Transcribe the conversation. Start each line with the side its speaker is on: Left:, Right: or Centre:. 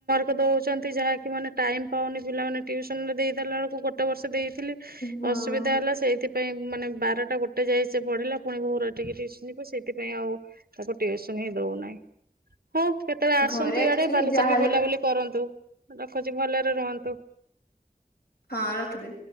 Right: କ ଦଛନ୍ତି ଯାହା ମାନେ ଟାଇମ ପାଉନି ପିଲାମାନେ ସନ ଦେଇଦଲା ବବେଳକୁ ଗୋଟେ ବର୍ଷ ଦେଇ ଥିଲି
Left: ହଁ
Right: ଅସୁବିଧା ହେଲା ସେଇଥିପାଇଁ ମାନେ ବାରଟା ଗୋଟେ ଯାଇଏ ସେ ପଢିଲା ପୁଣି ଭୋର କସନ ଯିବ ସେଇଥିପାଇଁ ଆଉ ତାକୁ ଉସନ ହିଁ ଦଉନାହିଁ ହଉ କେତେବେଳେ ଆସନ୍ତୁ
Left: ଘରେ ଆକ୍ଚୁଆଲି
Right: ଇଆଡେ, ବାଲେଶର
Left: ଯାହାହେଲେ
Right: ବି ବୁଲାବୁଲି କରନ୍ତୁ ରଖୁଛି ଭଲ ରୁହନ୍ତୁ।
Left: ହଁ ରଖଦ